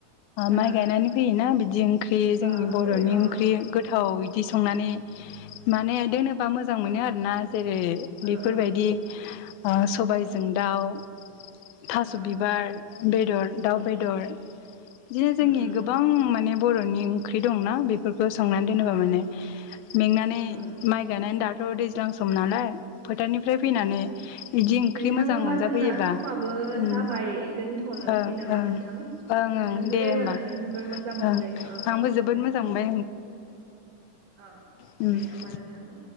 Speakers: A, on the right; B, on the left.
A: ओ
B: माइ गायनानै फैयोना बिदि ओंख्रि जोंनि
A: औ
B: बर'नि
A: फैयो ओं
B: ओंख्रि गोथाव इदि संनानै माने दोनो बा मोजां मोनो
A: ओ
B: आरोना जेरै
A: ओ
B: बेफोरबायदि
A: ओ
B: ओ सबाय
A: उम
B: दाउ थास'
A: ओ
B: बिबार बेदर दाउ
A: उम
B: बेदर बिदिनो जोंनि
A: उम
B: गोबां माने बर'नि ओंख्रि दंना बे बेफोरखौ संनानै दोनोबा
A: ओ
B: माने मेंनानै
A: उम
B: माइ गायनानै दाथ' दैज्लां सम नालाय फोथारनिफ्राय फैनानै
A: उम
B: बिदि ओंख्रि
A: नोंथां
B: मोजां
A: होमबा
B: मोनजाफैयोबा
A: जोंना समाबो
B: ओं
A: जाबाय दोनथ'नोसै
B: ओं
A: नामा
B: ओं
A: नोंथां
B: ओं
A: नोंथांजो
B: ओं दे
A: रायज्लायनानै
B: होमबा
A: जोबोर मोजां मोनबाय
B: ओं
A: ओ
B: आंबो
A: ओ
B: जोबोद
A: दे
B: मोजां
A: नोंथां
B: मोनबाय
A: अह
B: होम
A: होमबा नोंथां